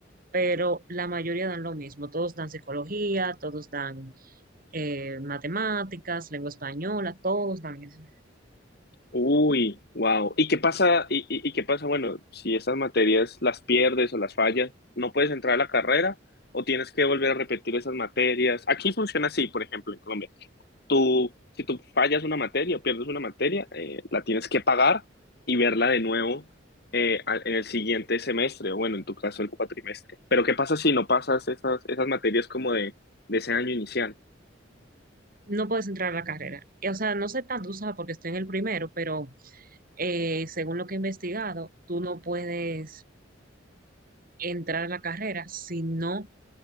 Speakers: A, on the right; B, on the left.
A: pero la mayoría dan lo mismo, todos dan psicología, todos dan eh, matemáticas, lengua española, todos dan eso.
B: Uy, wow. ¿Y qué pasa? ¿Y, y, y qué pasa? Bueno, si esas materias las pierdes o las fallas, ¿no puedes entrar a la carrera o tienes que volver a repetir esas materias? Aquí funciona así, por ejemplo, en Colombia. Tú, si tú fallas una materia o pierdes una materia, eh, la tienes que pagar y verla de nuevo eh, a- en el siguiente semestre, o bueno, en tu caso el cuatrimestre. Pero ¿qué pasa si no pasas esas, esas materias como de, de ese año inicial?
A: No puedes entrar a la carrera. Y, o sea, no sé tanto, tú sabes, porque estoy en el primero, pero eh, según lo que he investigado, tú no puedes entrar a la carrera si no